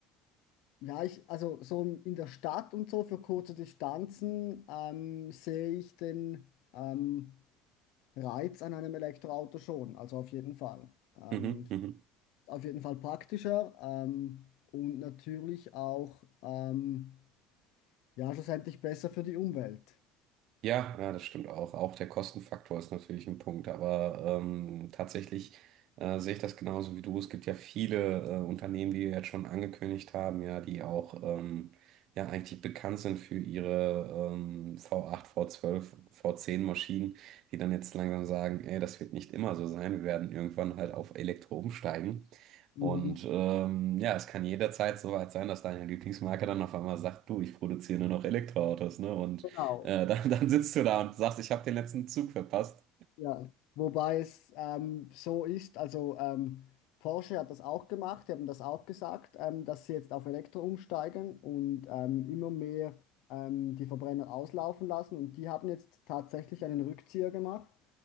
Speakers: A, on the left (about 70°); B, on the right (about 55°).
A: ja, ich, also so in der Stadt und so für kurze Distanzen ähm, sehe ich den ähm, Reiz an einem Elektroauto schon, also auf jeden Fall. Ähm,
B: Mhm, mhm.
A: auf jeden Fall praktischer ähm, und natürlich auch ähm, ja schlussendlich besser für die Umwelt.
B: Ja, ja, das stimmt auch. Auch der Kostenfaktor ist natürlich ein Punkt, aber ähm, tatsächlich äh, sehe ich das genauso wie du. Es gibt ja viele äh, Unternehmen, die jetzt schon angekündigt haben, ja, die auch ähm, ja eigentlich bekannt sind für ihre ähm, V8, V12, V10 Maschinen, die dann jetzt langsam sagen, ey, das wird nicht immer so sein. Wir werden irgendwann halt auf Elektro umsteigen.
A: Mhm,
B: Und ähm, ja, es kann jederzeit so weit sein, dass deine Lieblingsmarke dann auf einmal sagt, du, ich produziere nur noch Elektroautos, ne? Und
A: genau,
B: äh, <laughs> dann, dann sitzt du da und sagst, ich habe den letzten Zug verpasst.
A: ja. Wobei es ähm, so ist, also ähm, Porsche hat das auch gemacht, die haben das auch gesagt, ähm, dass sie jetzt auf Elektro umsteigen und ähm, immer mehr ähm, die Verbrenner auslaufen lassen und die haben jetzt tatsächlich einen Rückzieher gemacht